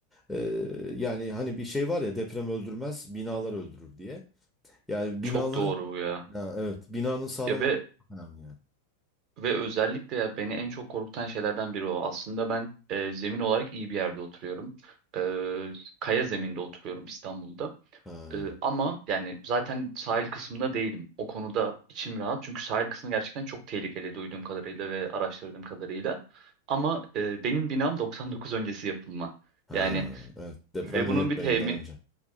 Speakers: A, in the centre; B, on the right (about 40°).
A: Ee, yani hani bir şey var ya deprem öldürmez, binalar öldürür diye. Yani
B: Çok
A: binaların
B: doğru bu ya.
A: ha, evet binanın sağlam
B: Ya ve
A: olması çok önemli yani.
B: Ve özellikle ya beni en çok korkutan şeylerden biri o. Aslında ben e, zemin olarak iyi bir yerde oturuyorum. E, kaya zeminde oturuyorum İstanbul'da.
A: Ha,
B: E, ama yani zaten sahil kısmında değilim. O konuda içim rahat. Çünkü sahil kısmı gerçekten çok tehlikeli duyduğum kadarıyla ve araştırdığım kadarıyla. Ama e, benim binam <laughs> 99 öncesi yapılma.
A: ha,
B: Yani
A: evet deprem
B: ve
A: yönetmeliğinden
B: bunun bir temi,
A: önce.